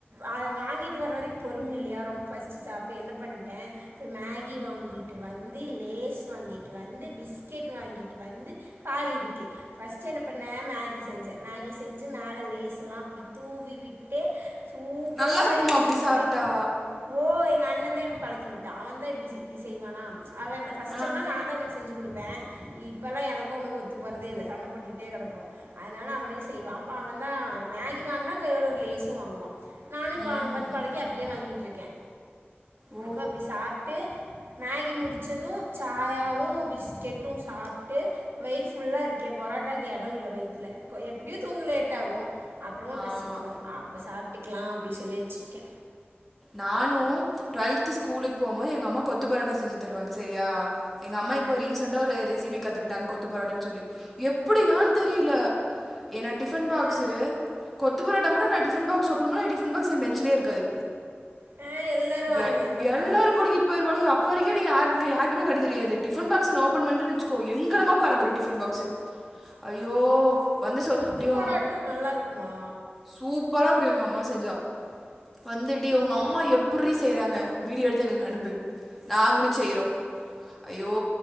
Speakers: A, on the right (about 65°); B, in the centre.
A: அத வாங்கிட்டு வர வரைக் பொறும இல்லையா ரொம்ப பசிச்சிச்சா அப்ப என்ன பண்ணிட்டே போய் மேகி வாங்கிட்டு வந்து லேஸ் வாங்கிட்டு வந்து பிஸ்கெட் வாங்கிட்டு வந்து பால் இருக்கு ஃபஸ்ட் என்ன பண்ண மேகி செஞ்ச மேகி செஞ்சு மேல லேஸ்லா புடிக் தூவி விட்டு சூப்பரா
B: நல்லா இருக்குமா
A: இருந்ச்சு
B: அப்டி சாப்ட்டா
A: தெரியுமா ஓ எங்க அண் ணதா எனக்கு பழக்கிவிட்டா அவன்தா இப்டி இப்டி செய்வானா அவ என்ன ஃபஸ்ட்டெல்லா
B: ஆ
A: நான்தா அவனுக்கு செஞ்சு குடுப் பே இப்பெல்லா எனக்கு உனக்கு ஒத்து போறதே இல்லை சண்ட பொட்டுடே கெடக்கிறோ அதனால அவன செய்வா அப்ப அவன் தா மேகி வாங்கினா கையோட ஒரு லேசு வாங்குவா நானு
B: ம்ஹ்ம்
A: இப்பன பாத் பாலக்கி அப்டியே வாங்கிட்டு இருக்கே
B: ஓ!
A: அப்ப அப்டி சாப்ட்டு மேகி முடிச்சது சாயாவு பிஸ்கெட்டு சாப்ட்டு வயிறு ஃபுல்லாக இருக்கே பொர ட்டாக்கு இடோ இல்ல வயித்துல எப்டியு தூங்க லேட் ஆகு அப்றோமா பசிக்கு
B: ஆமா.
A: அப்ப சாப்ட்டுக்கலா அப்டி சொல்லி வச்சிருக்கே
B: நானு டிரை ஸ்கூலுக்கு போமோது எங்க அம்மா கொத்து பரோட்டா செஞ்சு தருவங்க செரியா எங்க அம்மா
A: ஆ
B: இப்ப ரீசண்டா ஒரு ரெசிபி கத்துக் டங்க கொத்து பொராட்டன்னு சொல்லி எப்டிதான் தெரியல ஏன டிப்பன் பாக்ஸ்சு
A: ஆ
B: கொத்து போரோட்ட மட்டு நா டிப்பன் பாக்ஸ்ல ஓப்பன்னுமே டிப்பன் பாக்ஸ் என் பெஞ்சலே இருக்காது
A: ஆ எல்லாரு வாங்கிருவாங்களா
B: எல் எல்லாரு பிடுங்கிட்டு போயிருவாலுங்க இப்ப வரைக்கு என்ன யாரு யாருமே கண்ணு தெரியாது டிப்பன் பாக் ஸ்சு ஓபன் பன்ட்டனு வச்சுோ எங்கிரமா பறந்துருமொ டிப்பன் பாக்ஸ்சு ஐயோ வந்து சோ
A: கொத்து
B: டிவாங்க
A: பரோட்டா நல்லா இருக்குமா
B: சூப்பரா இருக்கு எங்கம் அம்ம செஞ்சா வந்துடி ஒங்க
A: ஆ
B: அம்மா எப்ரி செய்யறாங்க வீடியோ எடுத்து எனக்கு அனுப்பு நாங்களு செய்யறோ அய்யோ